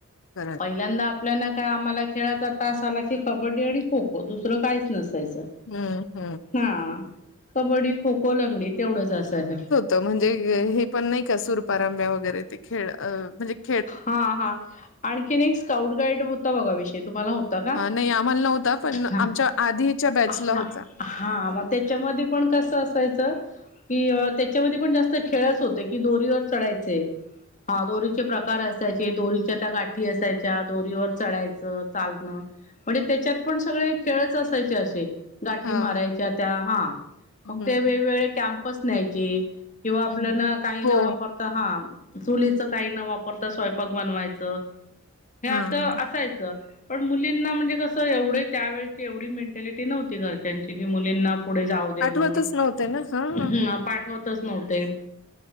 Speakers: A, on the left; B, on the left.
A: खरं हाय,
B: पहिल्यांदा आपल्याला काय आम्हाला खेळाचा तास आला की कबड्डी आणि खो-खो दुसरं काहीच नसायचं.
A: हम्म-हम्म.
B: हा कबड्डी, खो-खो, लंगडी तेवढंच असायचं.
A: त म्हणजे हे पण नाही का सुरपारांब्या वगैरे ते खेळ काही,
B: हा-हा आणखी एक स्काउट गाईड होता. बघा विषय तुम्हाला होता का?
A: ह नाही आम्हाला नव्हता. पण
B: हा
A: आमच्या आधीच्या बॅचला
B: हा
A: होता.
B: हा मग त्याच्यामध्ये पण कसं असायचं. कि त्याच्यामध्ये पण जास्त खेळच होते की दोरीवर चढायचे हा दोरी? चे प्रकार असायचे दोरीच्या त्या गाठी असायच्या दोरीवर चढायचं चालणं. म्हणजे त्याच्यात पण सगळे खेळच असायचे असे, गाठी
A: हां.
B: मारायच्या त्या हा
A: हं,
B: मग ते वेगवेगळे कॅम्पस न्यायचे. किंवा आपल्यान
A: हं.
B: काही
A: हो.
B: न वापरता हा चुलीच काही न वापरता स्वयंपाक बनवायचं हे
A: हां,
B: अस
A: हां.
B: असायचं. पण मुलींना म्हणजे कसं एवढे त्यावेेळची एवढी मेंटॅलिटी नव्हती घराची, त्यांची कि मुलींना पुढे जाऊ दे म्हणून
A: आठवतच नव्हते ना. हां,
B: हम्म
A: हां.
B: पाठवत. च नव्हते